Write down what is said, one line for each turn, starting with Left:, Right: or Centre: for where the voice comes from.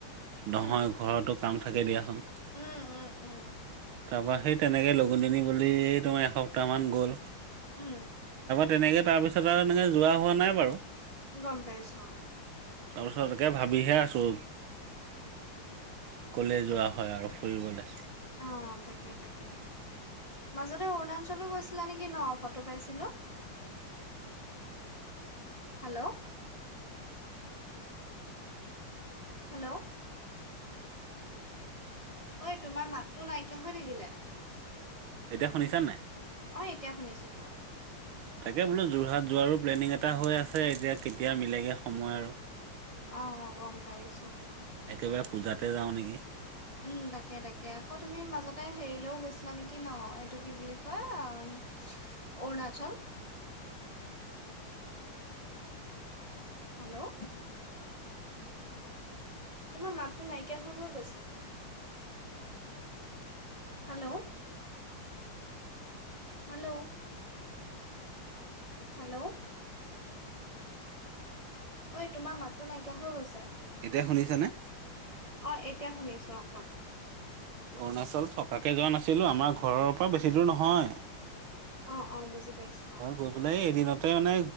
Right: নহয়
Left: উম
Right: ঘৰতো কাম থাকে দিয়াচোন।
Left: উম, উম, উম।
Right: তাৰপৰা সেই তেনেকে লগুণদিনী বুলি তোমাৰ এসপ্তাহমান গ'ল।
Left: উম।
Right: তেনেকৈ তাৰপিছত আৰু এনেকৈ যোৱা হোৱা নাই বাৰু।
Left: গম পাইছো অ।
Right: <unintelligible> ভাবিহে আছোঁ। ক'লে যোৱা হয় আৰু ফুৰিবলৈ
Left: অ তাকে, তাকে মাজতে অৰুণাচলো গৈছিলা নেকি ন ফটো পাইছিলো।
Right: স <inaudible>
Left: হেল্ল' হেল্ল' ঐ তোমাৰ মাতটো নাইকিয়া হৈ থাকিলে।
Right: এতিয়া শুনিছা নাই।
Left: অ এতিয়া শুনিছো কোৱা।
Right: তাকে বোলো যোৰহাট যোৱাৰো প্লেনিং এটা হৈ আছে এতিয়া কেতিয়া মিলেগে সময় আৰু।
Left: অ গম পাইছোঁ।
Right: একেবাৰে পূজাতে যাওঁ নেকি।
Left: উম তাকে তাকে আকৌ তুমি মাজতে হেৰিলেও গৈছিলা নেকি ন এইটো কি বুলি কয়। অৰুণাচল <unintelligible> হেল্ল' তোমাৰ মাতটো নাইকিয়া হৈ হৈ গৈছে। হেল্ল' হেল্ল' হেল্ল' ঐ তোমাৰ মাততটো নাইকিয়া হৈ গৈছে।
Right: এতিয়া শুনিছ নে।
Left: অ এতিয়া শুনিছো অ কোৱা
Right: অৰুণাচল থকাকে যোৱা নাছিলোঁ। আমাৰ ঘৰৰ পৰা বেছি দূৰ নহয়।
Left: অ অ বুজি পাইছো
Right: গৈ পেলাই এদিনতে মানে